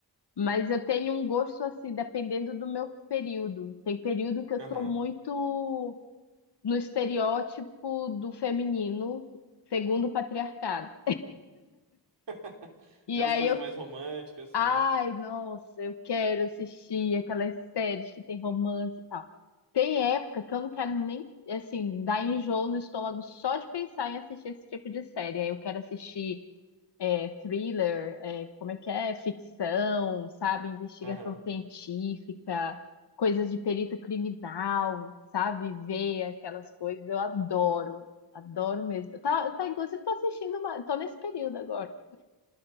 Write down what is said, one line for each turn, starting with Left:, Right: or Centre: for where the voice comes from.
Left: mas eu tenho um gosto assim, dependendo do meu período. Tem período que eu
Right: Aham.
Left: tô muito no estereótipo do feminino, segundo o patriarcado.
Right: <laughs>
Left: E
Right: Ver
Left: aí
Right: as coisas
Left: eu
Right: mais românticas, assim,
Left: Ai,
Right: né?
Left: nossa, eu quero assistir aquelas séries que tem romance e tal. Tem época que eu não quero nem, assim, dar enjoo no estômago só de pensar em assistir esse tipo de série. Aí eu quero assistir é, thriller, é, como é que é? Ficção, sabe? Investigação
Right: Aham.
Left: científica, coisas de perito criminal, sabe? Ver aquelas coisas. Eu adoro, adoro mesmo. Tá,
Right: Hum,
Left: tá, inclusive, tô assistindo, uma, tô nesse período agora.